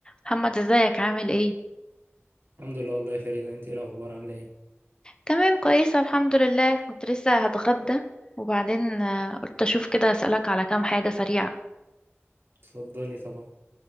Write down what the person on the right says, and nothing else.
الحمد لله والله يا فريدة انت ايه الاخبار عامله ايه
اتفضلي طبعا